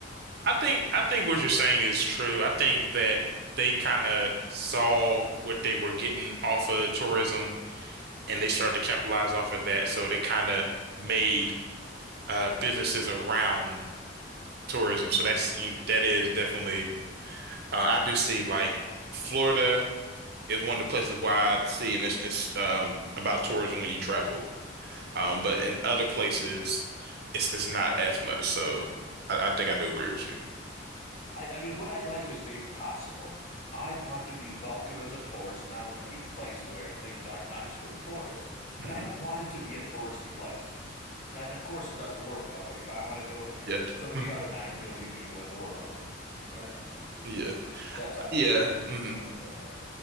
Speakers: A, on the right (about 55°); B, on the left (about 40°).
A: I
B: Uh,
A: think I think what you're saying is true. I think that they kind of saw what they were getting off of tourism and they started to capitalize off of that. So they kind of made uh, businesses around tourism. So that's you- that is definitely uh, I do see like Florida is one of the places where I see and it's, it's um about tourism when you travel. Um, but in other places, it's it's not as much. So I, I think I do agree with you.
B: I, I mean, what I like is the impossible. I want to be welcome as a tourist, and I want to be a place where things are nice for tourists,
A: Mhm.
B: but I don't want it to be a touristy place, right? And of course, it doesn't work that way. If I want to go there,
A: Yeah.
B: so do
A: Mm.
B: the other 9 billion people in the world, right? Mhm.
A: Yeah.
B: That's how it
A: Yeah.
B: works.
A: hmm
B: But uh,